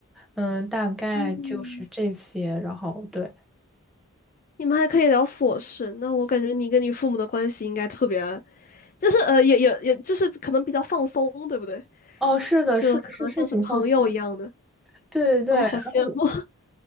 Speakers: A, in the centre; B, on the left.
A: 嗯，大概就是这些，
B: 嗯，
A: 然后对。
B: 你们还可以聊琐事，那我感觉你跟你父母的关系应该特别就是呃，也也也就是可能比较放松，对不对？
A: 哦，是的，
B: 就可能像是朋友一样的。
A: 是是是挺放松，对对对，
B: 哦，
A: 然后
B: 好羡慕